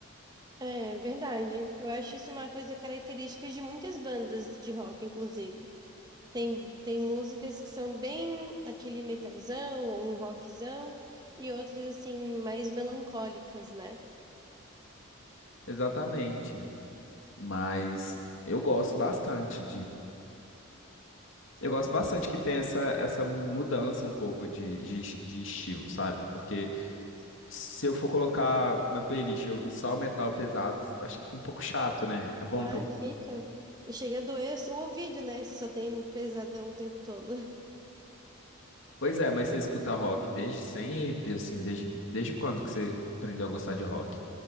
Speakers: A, on the right (about 20°); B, on the left (about 65°).
A: É verdade. Eu acho isso uma coisa característica de muitas bandas de rock, inclusive. Tem, tem músicas que são bem aquele metalzão ou um rockzão, e outras, assim, mais melancólicas, né?
B: Exatamente, mas eu gosto bastante Eu gosto bastante que tem essa, essa mudança um pouco de, de, de estilo, sabe? Porque se eu for colocar uma playlist e ouvir só metal pesado, acho que fica um pouco chato, né? É bom
A: Ai,
B: ter um...
A: fica. E Chega a doer o ouvido, né? Se só tem pesadão o tempo todo. <laughs>
B: Pois é, mas você escuta rock desde sempre, assim, desde, desde quando que você aprendeu a gostar de rock?